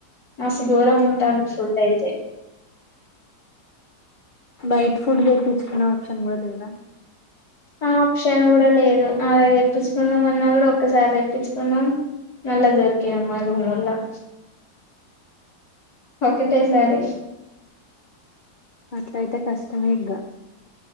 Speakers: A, on the left; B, on the left.
A: మస్తు ఘోరంగా ఉంటాది ఫుడ్ అయితే
B: బయటి ఫుడ్ తెప్పించుకునే ఆప్షన్ కూడా లేదా
A: ఆ ఆప్షన్ కూడా లేదు. ఆ తెప్పించుకుందాం అన్నా కూడా ఒక్కసారి తెప్పించుకున్నాం మళ్ళా డోర్ తీయరు <unintelligible> ఒకటేసారి
B: అట్లయితే కష్టమే ఇగ